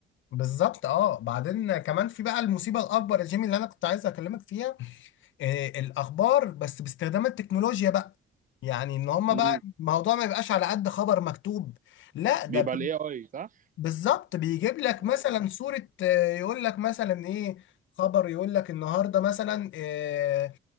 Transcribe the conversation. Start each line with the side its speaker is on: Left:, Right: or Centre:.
Left: بالظبط اه بعدين كمان في بقى المصيبه الاكبر يا جيمي اللي انا كنت عايز اكلمك فيها آه الاخبار بس باستخدام التكنولوجيا بقى يعني ان هما
Right: مم.
Left: بقى الموضوع ما يبقاش على قد خبر مكتوب لا ده
Right: بيبقى
Left: بي-
Right: الاي اي صح
Left: بالظبط بيجيب لك
Right: اه
Left: مثلا صوره آه، يقول لك مثلا ايه خبر يقول لك النهارده مثلا آه،